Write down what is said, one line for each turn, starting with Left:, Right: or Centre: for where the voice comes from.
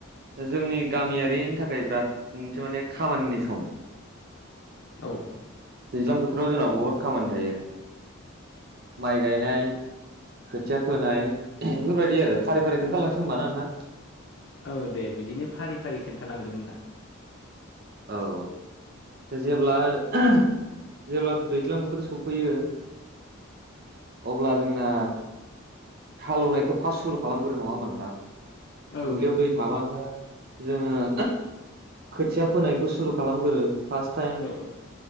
Right: जोंनि गामियारिनि थाखाय बिराद मोनसे माने खामानिनि सम।
Left: औ-औ।
Right: दैज्लां बोथोराव जोंनाव बहुद खामानि थायो माइ गायनाय। खोथिया फोनाय बेफोरबायदि आरो फारि-फारि खोन्थालांसै होमबा ना नोंथां?
Left: औ दे बिदिनो फारि-फारि खोन्थालांदो नोंथां।
Right: औ-औ। जेब्ला-जेब्ला दैज्लां बोथोर सफैयो। अब्ला जोंना। हालेवनायखौ फास्ट सुरु खालामग्रोयो नङा होनबा नोंथां
Left: औ
Right: दुब्लियाव दै थाबानो। जोङो खोथिया फोनायखौ सुरु खालामग्रो। फास्ट टाइम
Left: औ